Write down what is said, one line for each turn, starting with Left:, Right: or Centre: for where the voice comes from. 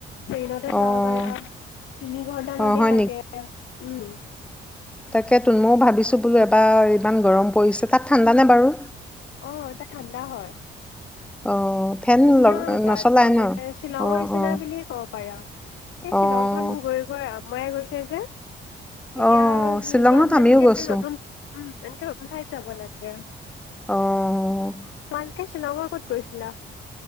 Left: ট্ৰেইনতে যাব
Centre: অ',
Left: পাৰা তিনি ঘন্টা মানেই
Centre: অ', হয়
Left: লাগে উম
Centre: তাকে তো মও ভাবিছোঁ বোলো এবাৰ ইমান গৰম পৰিছে তাত ঠাণ্ডা নে বাৰু
Left: অ এটা ঠাণ্ডা হয়
Centre: অ', ফেন
Left: ধুনীয়া
Centre: লগ নচলাই
Left: তাত মানে
Centre: ন?
Left: শ্বিলঙৰ
Centre: অ',
Left: নিচিনা
Centre: অ',
Left: বুলি ক'ব পাৰে আৰু সেই
Centre: অ',
Left: শ্বিলংখন গৈ গৈ আমুৱাই গৈছে যে এতিয়া
Centre: অ', শ্বিলঙত
Left: মিজোৰাম
Centre: আমিও
Left: এনেকে
Centre: গৈছোঁ
Left: নতুন উম নতুন ঠাইত যাব লাগে
Centre: অ'।
Left: তোমালোকে শ্বিলঙৰ ক'ত গৈছিলা